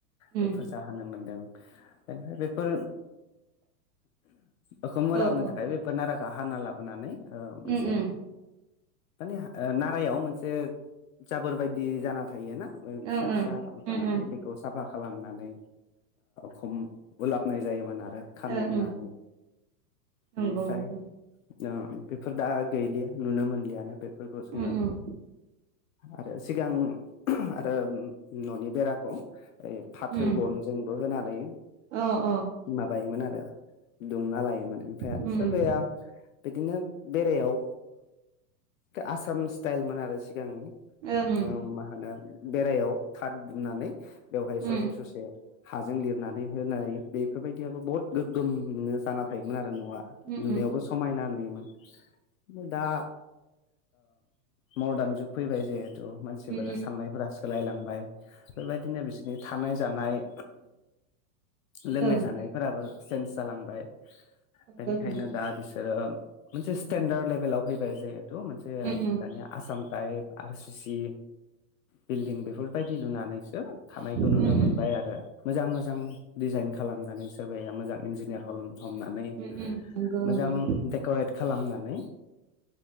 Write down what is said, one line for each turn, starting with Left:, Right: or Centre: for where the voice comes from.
Right: उम
Left: बेफोर होनो मोनदों ओमफाय बेफोर ओखुम ओलाबनो
Right: औ औ
Left: थाखाय बेफोर नाराखौ हाना लाबोनानै मोनसे ओ मोनसे
Right: उम उम
Left: माने ओ नारायाव मोनसे जाबोर बायदि जाना थायोना फिसा
Right: ओं ओं
Left: फिसा
Right: उम
Left: बानानै
Right: उम
Left: बेखौ खौ साफा खालामनानै खम उलाबनाय जायोमोन आरो खामानि
Right: ओं
Left: होनानै
Right: उम नंगौ
Left: बेनिफ्राय
Right: नंगौ
Left: औ बेफोर दा गैलिया नुनो मोनलियानो बेफोरखौ जोङो
Right: उम उम
Left: आरो सिगां आरो ननि बेराखौ ओरै फाथो
Right: उम
Left: गनजोंबो होनानै
Right: अ अ
Left: माबायोमोन आरो दुमना लायोमोन ओमफ्राय आरो
Right: उम
Left: सोरबाया
Right: उम
Left: बिदिनो बेरायाव आसाम स्टाइलमोन आरो सिगांनि
Right: ओं उम
Left: मा होनो बेरायाव थाथ दुमनानै बेवहाय
Right: उम
Left: ससे ससे हाजों लिरनानै होनाय बेफोरबायदियाबो बहुत गोग्गोमयैनो जाना थायोमोन आरो न'आ
Right: उम उम
Left: नुनायावबो समायना नुयोमोन दा मदार्न जुग फैबाय जिहेथु मानसिफोरा
Right: उम
Left: साननायफोरा सोलायलांबाय बेबायदिनो बिसोर बि थानाय जानाय लोंनाय
Right: उम औ
Left: जानाय फोराबो चेन्ज जालांबाय
Right: नंगौ
Left: बेनिखायनो
Right: नंगौ उम
Left: दा बिसोरो मोनसे स्टेेनडार्द लेभेलाव फैबाय जिहेथु मोनसे
Right: उम
Left: दानिया Assam type R C C building बेफोरबायदि लुनानैसो थानायखौ नुनो
Right: उम
Left: मोनबाय आरो मोजां मोजां डिजाइन खालामनानै सोरबाया मोजां इन्जिनियार हम हमनानै
Right: उम उम नंगौ
Left: मोजां
Right: नंगौ
Left: डेकरेट खालामनानै